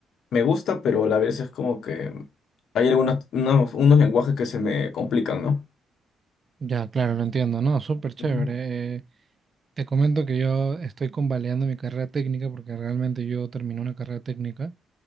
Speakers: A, on the left; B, on the right.
A: me gusta, pero a la vez es como que hay algunos unos, unos lenguajes que se me complican, ¿no?
B: Ya, claro, lo entiendo, ¿no? Súper chévere.
A: Ujú.
B: Eh, Te comento que yo estoy convalidando mi carrera técnica porque realmente yo terminé una carrera técnica